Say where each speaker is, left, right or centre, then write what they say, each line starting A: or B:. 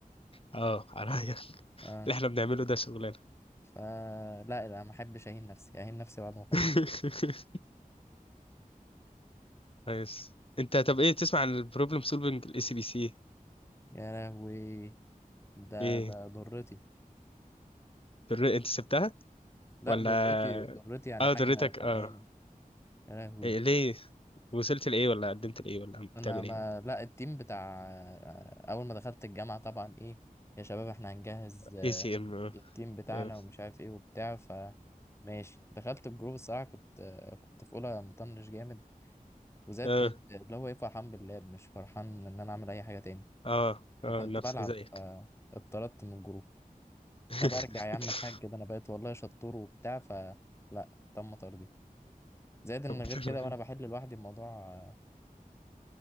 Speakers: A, on the left; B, on the left.
A: اه عليا <laughs>
B: اه
A: اللي احنا بنعمله ده شغلانه
B: فلا لا لا، ما احبش اهين نفسي اهين نفسي بعد ما اخلص
A: <laughs> كويس انت طب ايه تسمع عن البروبلم سولفنج الاي سي بي سي
B: يا لهوي ده
A: ايه
B: ده ضرتي
A: در- انت سبتها
B: لا
A: ولا
B: ضرتي ضرتي يعني
A: اه
B: حاجه
A: دريتك
B: خانقاني
A: اه
B: يا لهوي
A: إيه ليه وصلت لايه ولا قدمت لايه ولا
B: انا
A: بتعمل
B: ما
A: ايه
B: لا التيم بتاع آه، اول ما دخلت الجامعه طبعا ايه يا شباب احنا هنجهز آه،
A: اي سي ام اه
B: التيم بتاعنا
A: اه
B: ومش عارف ايه وبتاع ف ماشي دخلت الجروب الصراحه كنت آه، كنت في اولى مطنش جامد وزاد
A: اه
B: كنت اللي هو ايه فرحان باللعب مش فرحان ان انا اعمل اي حاجه تاني
A: اه آه،
B: فكنت
A: نفس
B: بلعب
A: زيك
B: آه، اتطردت من الجروب
A: <laughs>
B: طب ارجع يا عم الحاج ده انا بقيت والله شطور وبتاع فلا تم طردي زائد ان
A: طب
B: غير
A: تمام.
B: كده وانا بحل لوحدي الموضوع آه،